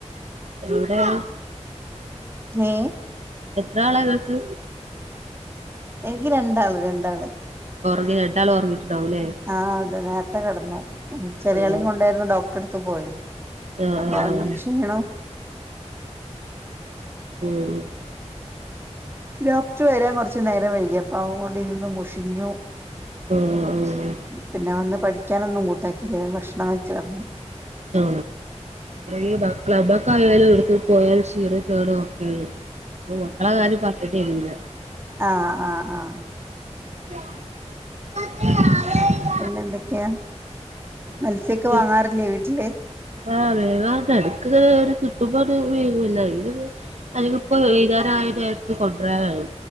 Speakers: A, on the right; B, on the right.
A: എവിടെ <unintelligible>
B: ഏ
A: എത്ര ആളാ ഇങ്ങക്ക്
B: എനിക്ക് രണ്ടാള് രണ്ടാള്
A: ഉറങ്ങി രണ്ടാളുംഉറങ്ങിട്ടുണ്ടാവൂല്ലേ
B: ആഹ് അതെ നേരത്തെ കിടന്നു ചെറിയളെ
A: ആഹ്
B: കൊണ്ടായിരുന്നു ഡോക്ടറെ ടുത്ത് പോയത്
A: ആഹ്
B: അപ്പൊ അവന ക്ഷീണംോ
A: ഉം
B: ഡോക്ട വരാൻ കുറച്ച് നേരം വൈകി അപ്പ അതുകൊണ്ട് ഇരുന്ന് മുഷിഞ്ഞു
A: ആഹ്
B: പിന്നെ വന്ന് പഠിക്കാനൊന്നും കൂട്ടാക്കില്ലേ വേഗം ഭക്ഷണം കഴിച്ച്. കടന്നു
A: ആ ഞമ്മക്ക ആയാലും എടുക്ക പോയാലും ചീറ കേേട ഒക്കെ അപ്പ മക്കളെ കാര്യം പറഞ്ഞിട്ട് ഇരുല്ല
B: ആഹ ആഹ് ആഹ
A: <unintelligible> <inaudible>
B: പിന്നെ എന്തൊക്ക്യാ
A: പിന്നെ
B: മത്സ്യൊക്കെ
A: എന്തൊക്കെ
B: വാങ്ങാറില്ലേ വീട്ടില്
A: ആഹ് വേങ്ങാർണ്ട് എടക്ക് ഇങ്ങനെ ഒരു കിട്ടുമ്പാണ്ട് വേങ്ങും <unintelligible> അല്ലങ്കിപ്പോ എഴുതാനായ പേരത്തി കൊണ്ടുവരാൻ ആണ്